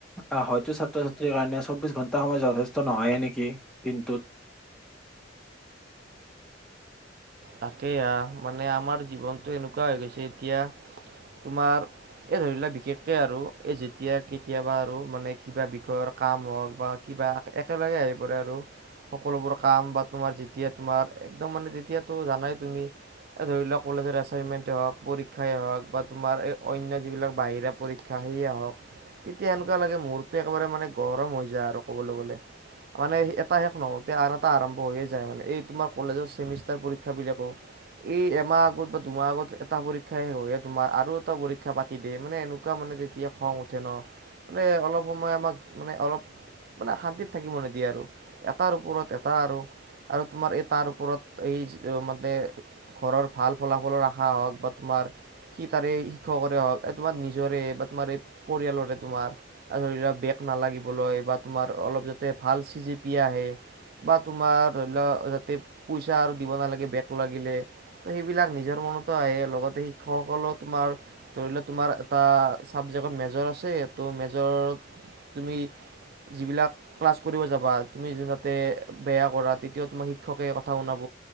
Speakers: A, in the centre; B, on the right.
A: অহ হয়তো ছাত্ৰ- ছাত্ৰীৰ কাৰণে চৌবিশ ঘন্টা সময় যথেষ্ট নহয়ে নেকি? কি দিনটোত।
B: তাকেই আহ মানে আমাৰ জীৱনতটো এনেকুৱা হৈ গৈছে এতিয়া তোমাৰ এই ধৰি লোৱা বিশেষকৈ আৰু এই যেতিয়া কেতিয়াবা আৰু মানে কিবা বিষয়ৰ কাম হওক বা একেলগে আহি পৰে আৰু সকলোবোৰ কাম বা তোমাৰ যেতিয়া তোমাৰ একদম মানে তেতিয়া। তুমি জানাই তুমি ধৰি লওক কলেজৰ এচাইনমেন্টে হওঁক, পৰীক্ষাই হওঁক বা তোমাৰ এই অনন্য যিবিলাক বাহিৰা পৰীক্ষা সেয়া আহক তেতিয়া সেনেকুৱা লাগে মূৰটো একেবাৰে মানে গৰম হৈ যায় আৰু ক'বলৈ গ'লে। মানে এটা শেষ নহওঁতেই আন এটা আৰম্ভ হৈয়ে যায় মানে এই তোমাৰ কলেজৰ চেমিষ্টাৰ পৰীক্ষা বিলাকো এই এমাহ আগত বা দুমাহ আগত এটা পৰীক্ষাই শেষ দুমাহ আৰু এটা পৰীক্ষা কথা পাতি দিয়ে মানে এনেকুৱা মানে যেতিয়া খং উঠে ন মানে অলপ সময় আমাক মানে অলপ। মানে শান্তিত থাকিব নিদিয়ে আৰু এটাৰ ওপৰত এটা আৰু আৰু তোমাৰ এই তাৰ ওপৰত। এই মানে ঘৰৰ ভাল ফলাফলো ৰখা হওঁক বা তোমাৰ সি তাৰে শিক্ষকৰে হওঁক তোমাৰ নিজৰে বা তোমাৰ এই পৰিয়ালৰে তোমাৰ ধৰি লোৱা বেগ নালাগিবলৈ বা তোমাৰ অলপ যাতে ভাল চিজিপি আহে। বা তুমাৰ ধৰি ল' যতে পইচা আৰু দিব নালাগে বেগ লাগিলে তো সেইবিলাক নিজৰ মনতো আহে লগতে শিক্ষকসকলৰ তোমাৰ। ধৰিলোৱা তোমাৰ এটা চাবজেক্টত মেজৰ আছে ত মেজ তুমি যিবিলাক ক্লাছ কৰিব যাবা, তুমি যাতে বেয়া কৰা তেতিয়াও তোমাৰ শিক্ষকে ক কথা শুনাব,